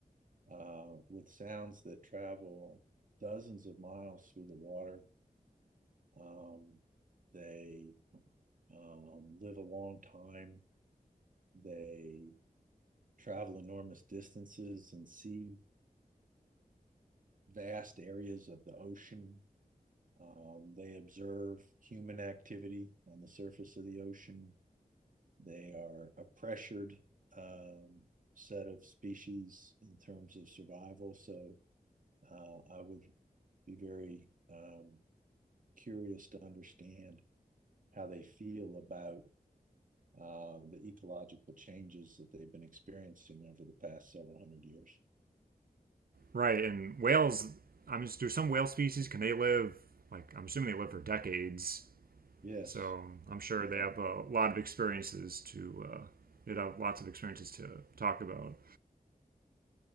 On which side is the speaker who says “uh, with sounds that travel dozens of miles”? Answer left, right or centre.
Right